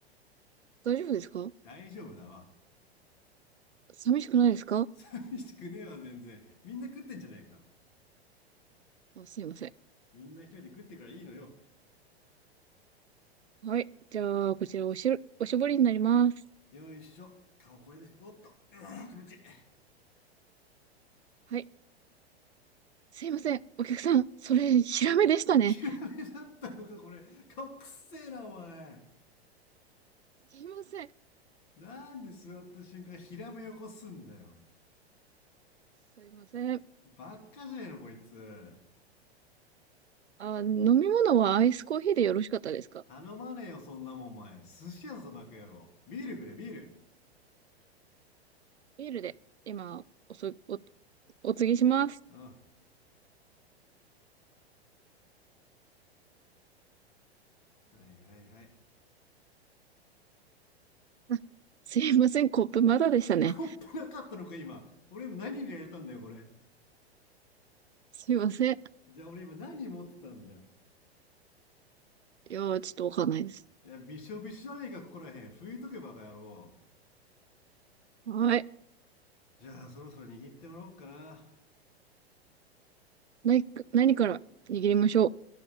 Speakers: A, on the right; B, on the left.
A: 大丈夫ですか
B: 大丈夫だわ。
A: 寂しくないですか
B: 寂しくねえわ、全然。みんな食ってんじゃねえか。
A: あ、すいません。
B: みんな一人で食ってからいいのよ。
A: はい。じゃあ、こちらおしる、おしぼりになります。
B: よいしょ。顔これで拭こうっと。うわー気持ちいい。<laughs>
A: はい。すいません。お客さん、それ、ヒラメでしたね。
B: ひらめだったのか、これ。顔くっせえな、お前。
A: すいません。
B: なんで座った瞬間、ひらめよこすんだよ。
A: すいません。
B: ばっかじゃねえの、こいつ。
A: あ、飲み物はアイスコーヒーでよろしかったですか
B: 頼まねえよ、そんなもん、お前。寿司屋だぞ、バカ野郎。ビールくれ、ビール。
A: ビールで、今、おそ、お、お継ぎします。
B: うん。はいはいはい。
A: あすいません、コップまだでしたね。
B: コップなかったのか、今。俺今何入れられたんだよ、これ。
A: すいません。
B: じゃあ俺今何持ってたんだよ。
A: いやー、ちょっとわかんないです。
B: いや、びしょびしょあれねか、ここらへん。拭いとけばかやろ
A: はい。
B: うじゃあ、そろそろ握ってもらおうかな。
A: 何か、何から握りましょ